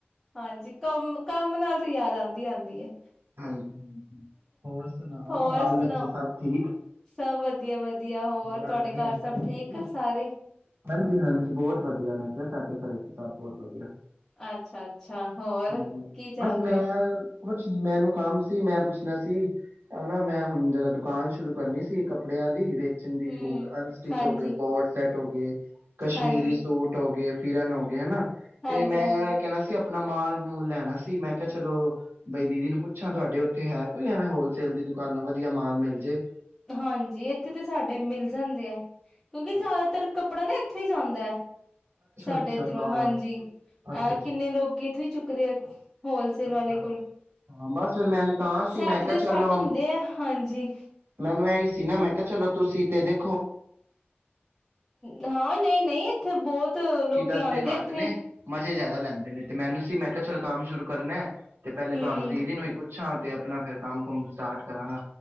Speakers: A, in the centre; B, on the right.
A: ਹਾਂਜੀ ਕੰਮ ਕੰਮ ਨਾਲ ਤੇ ਯਾਦ ਆਉਂਦੀ ਆਉਂਦੀ ਹੈ।
B: ਹਾਂਜੀ ਹਾਂਜੀ ਹੋਰ ਸੁਣਾਓ
A: ਹੋਰ
B: ਬਾਲ
A: ਸੁਣਾ
B: ਬੱਚੇ ਸਭ ਠੀਕ?
A: ਸਭ ਵਧੀਆ ਵਧੀਆ ਹੋਰ
B: ਆਂਟੀ
A: ਤੁਹਾਡੇ ਘਰ
B: ਅੰਕਲ
A: ਸਭ ਠੀਕ
B: ਨੇ?
A: ਸਾਰੇ
B: ਹਾਂਜੀ ਹਾਂਜੀ ਬਹੁਤ ਵਧੀਆ ਮੈਂ ਕਿਹਾ ਸਾਡੇ ਘਰੇ ਤੇ ਸਭ ਬਹੁਤ ਵਧੀਆ
A: ਅੱਛਾ ਅੱਛਾ ਹੋਰ
B: ਹਮ
A: ਕੀ ਚੱਲ
B: ਬਸ ਮੈਂ
A: ਰਿਹਾ?
B: ਕੁਛ ਮੈਨੂੰ ਕੰਮ ਸੀ ਮੈਂ ਪੁੱਛਣਾ ਸੀ, ਔਨਾ ਮੈਂ ਹੁਣ ਜਰਾ ਦੁਕਾਨ ਸ਼ੁਰੂ ਕਰਨੀ ਸੀ ਕੱਪੜਿਆਂ ਦੀ। ਵਿੱਚ ਸਿੰਦੀ
A: ਹੂੰ,
B: ਸੂਟ, ਅਨਸਟਿਚ
A: ਹਾਂਜੀ
B: ਹੋ ਗਏ, ਕੋਡ ਸੈਟ ਹੋ ਗਏ, ਕਸ਼ਮੀਰੀ
A: ਹਾਂਜੀ
B: ਸੂਟ ਹੋ ਗਏ। ਫੀਰਨ ਹੋ ਗਏ ਨਾ
A: ਹਾਂਜੀ
B: ਤੇ ਮੈਂ
A: ਹਾਂਜੀ।
B: ਕਹਿਣਾ ਸੀ ਆਪਣਾ ਮਾਲ ਮੂਲ ਲੈਣਾ ਸੀ। ਮੈਂ ਕਿਹਾ ਚਲੋ ਬਈ ਦੀਦੀ ਨੂੰ ਪੁੱਛਾਂ ਤੁਹਾਡੇ ਉੱਥੇ ਹੈ। ਕੋਈ ਐਵੇਂ ਹੋਲਸੇਲ ਦੀ ਦੁਕਾਨ ਵਧੀਆ ਮਾਲ ਮਿਲ ਜੇ।
A: ਹਾਂਜੀ ਇੱਥੇ ਤਾਂ ਸਾਡੇ ਮਿਲ ਜਾਂਦੇ ਆ। ਕਿਉਂਕਿ ਜਿਆਦਾਤਰ
B: ਅੱਛਾ
A: ਕੱਪੜਾ ਨਾ ਇੱਥੋਂ ਹੀ ਜਾਂ ਆਦਾ। ਸਾਡੇ
B: ਅੱਛਾ
A: ਇਧਰੋਂ।
B: ਨਾ
A: ਹਾਂਜੀ
B: ਅੱਛਾ
A: ਆ
B: ਅੱਛਾ
A: ਕਿੰਨੇ ਲੋਕੀ ਇੱਥੋਂ ਹੀ ਚੁੱਕਦੇ ਆ, ਹੋਲਸੇਲ
B: ਇਕੱਠਾ।
A: ਵਾਲੇ ਕੋਲ।
B: ਹਾਂ ਬਸ ਫਿਰ ਮੈਨੂੰ ਤਾਂ ਸੀ
A: ਸੈਟ
B: ਮੈਂ ਕਿਹਾ
A: ਦੇ
B: ਚਲੋ
A: ਸੈਟ ਹੁੰਦੇ ਆ। ਹਾਂਜੀ
B: ਮੈਨੂੰ ਐ ਹੀ ਸੀ ਨਾ ਮੈਂ ਕਿਹਾ ਚਲੋ ਤੁਸੀਂ ਤੇ ਦੇਖੋ।
A: ਹਾਂ ਨਹੀਂ ਨਹੀਂ ਇੱਥੇ ਬਹੁਤ ਤਾ ਲੋਕੀ
B: ਦੱਸਦੇ
A: ਆਉਂਦੇ
B: ਘੱਟ
A: ਇੱਥੇ।
B: ਨੇ ਮਜ਼ੇ ਜ਼ਿਆਦਾ ਲੈਂਦੇ ਨੇ ਤੇ ਮੈਨੂੰ ਸੀ ਮੈਂ ਕਿਹਾ ਚੱਲ ਕੰਮ ਸ਼ੁਰੂ ਕਰਨਾ। ਤੇ ਪਹਿਲੇ
A: ਹਮ
B: ਤੁਹਾਨੂੰ ਦੀਦੀ ਨੂੰ ਹੀ ਪੁੱਛਾਂ ਤੇ ਆਪਣਾ ਫਿਰ ਕੰਮ ਕੁੁੰਮ ਸਟਾਰਟ ਕਰਾਂਗਾ